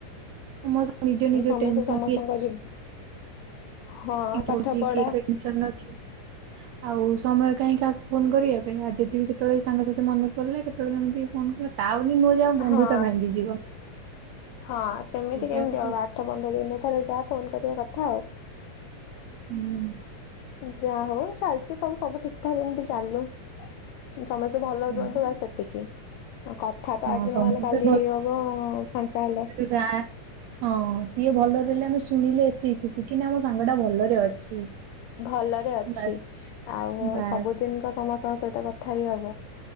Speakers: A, on the right; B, on the left.
A: ସମସ୍ତ ନିଜ ନିଜ
B: ସମସ୍ତେ
A: ଟେନସନ
B: ସମସ୍ତଙ୍କ
A: କିଏ
B: ଜି ହଁ
A: କିଏ କହୁଛି
B: ପାଠ ପଢା
A: କିଏ ପ୍ରେଡିକ୍ସନରେ ଅଛି। ଆଉ ସମୟ କାହିଁ କାହାକୁ ଫୋନ କରିବା ପାଇଁ ଆଉ ଯଦି ବି କେତେବେଳେ ସାଙ୍ଗସାଥି ମନେ ପଡିଲେ କେତେବେଳେ କେମିତି ଫୋନ କର ତା ବୋଲି ନୁହ ଯେ ଆମ ବନ୍ଧୁତା
B: ହଁ
A: ଭାଙ୍ଗିଯିବ।
B: ହଁ ସେମିତି
A: ଏଇଟା
B: କେମିତି
A: ହଉଛି
B: ହବ ଆଠ ପନ୍ଦର ଦିନରେ ଥରେ ଯା ଫୋନ କରିବା କଥା ଆଉ
A: ହୁଁ।
B: ଯା ହଉ ଚାଲିଛି ସବୁ ସବୁ ଠିକ୍ ଠାକ୍ ଏମିତି ଚାଲୁ। ସମସ୍ତେ ଭଲରେ
A: ହଁ
B: ରୁହନ୍ତୁ ବାସ ସେତିକି ଆ କପ୍ କଥା
A: ହଁ
B: ତ ଆଜି
A: ସମସ୍ତେ
B: ନହେଲେ କାଲି ହେଇ ହେବ ଫାଙ୍କା ହେଲେ।
A: ନା ହଁ ସିଏ ଭଲ ରହିଲେ ଆମେ ଶୁଣିଲେ ଏତିକି ଖୁସି କି ନା ଆମ ସାଙ୍ଗ ଟା ଭଲରେ ଅଛି।
B: ଭଲରେ ଅଛି
A: ବାସ୍
B: ଆଉ
A: ବାସ୍
B: ସବୁଦିନ କଣ ସମସ୍ତଙ୍କ ସହିତ କଥା ହେଇ ହବ?